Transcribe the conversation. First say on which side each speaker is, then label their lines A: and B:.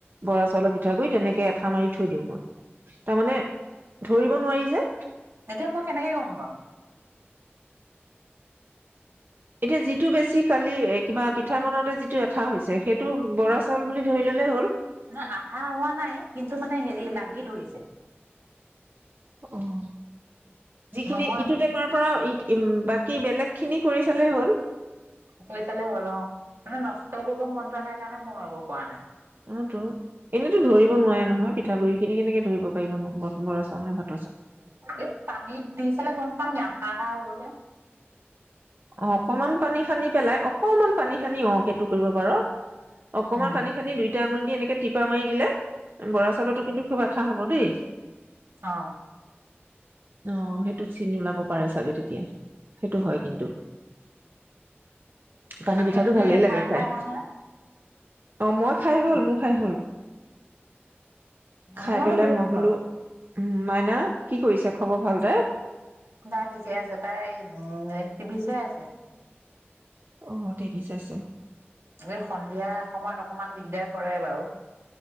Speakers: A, on the right (about 50°); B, on the right (about 90°).
A: বৰা চাউলৰ পিঠাগু়ি তেনেকে এঠা মাৰি থৈ দিওঁ। মই তাৰমানে ধৰিব নোৱাৰি যে।
B: এতিয়া মই কেনেকে গম পাম?
A: এতিয়া যিটো বেছি কালি কিবা পিঠা বনাওঁতে যিটো এঠা হৈছে, সেইটো বৰা চাউল বুলি ধৰি ললে হ'ল।
B: ন আঠা হোৱা নাই কিন্তু মানে হেৰি লাগি ধৰিছে
A: অহ। যিখিনি
B: নহয়
A: ইটো টেমাৰ পৰা। ই, বাকী বেলেগ খিনি কৰি চালে হ'ল।
B: কৰি চালে হল ও ভাল মানে নষ্ট কৰিব মন যোৱা নাই ন মৰাব পৰা নাই।
A: অ তহ এনেইতো ধৰিব নোৱাৰে নহয় পিঠাগুৰিখিনি কেনেকে ধৰিব পাৰিব ন বৰা চাউল নে ভাত।
B: এই পানীত দি চালে গম পায় নি আঠা আঠা হৈ গৈছে
A: অহ, অকমান পানী সানি পেলাই, অকমান পানী সানি অ সেইটো কৰিব পাৰ। অকমান
B: উম
A: পানী সানি দুইটা আঙুলি। এনেকে টিপা মাৰি দিলে। বৰা চাউলতো কিন্তু খুব আঠা হব দেই।
B: অ অ
A: অহ, সেইটোত চিনি ওলাব পাৰে চাগে তেতিয়া। সেইটো হয় কিন্তু। পানী
B: বাকী
A: পিঠাটো
B: আপুনি
A: ভালেই লাগে
B: চাহ
A: খাই।
B: হ'ল নহয়?
A: অহ, মই খাই হ'ল, মোৰ খাই হ'ল। খাই
B: অ
A: পেলাই
B: লৈছ
A: মই বোলো উম মাইনা কি কৰিছে? খবৰ ভাল তাইৰ?
B: দাই ঠিকে আছে। তাই, উম, হেই টি ভি চাই আছে।
A: অ টিভি চাইছে।
B: এই সন্ধিয়া সময়ত অকমান দিগদাৰ কৰে বাৰু।